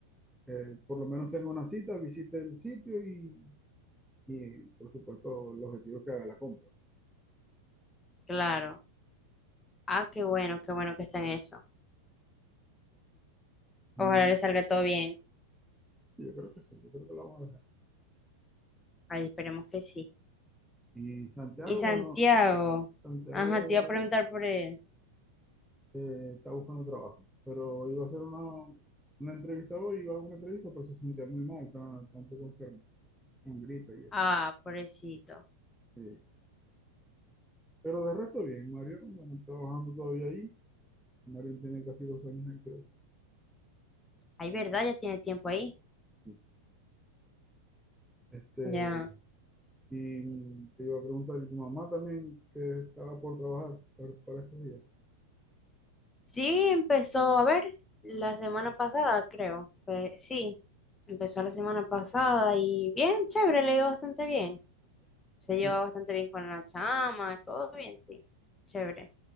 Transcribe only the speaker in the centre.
eh, por lo menos tenga una cita, visite el sitio y, y, por supuesto el objetivo es que haga la compra.
Y
sí, yo creo que sí, yo creo que lo vamos a dejar.
Y Santiago,
bueno, Santiago
eh, está buscando trabajo, pero iba a hacer una, una entrevista hoy, iba a una entrevista, pero se sentía muy mal, está, está un poco enfermo, con gripe y eso.
Sí. Pero de resto bien, Mario, bueno, trabajando todavía ahí. Mario tiene casi dos años ahí, creo.
Sí. Este,
Y te iba a preguntar, ¿y tu mamá también que estaba por trabajar para, para estos días?
Sí,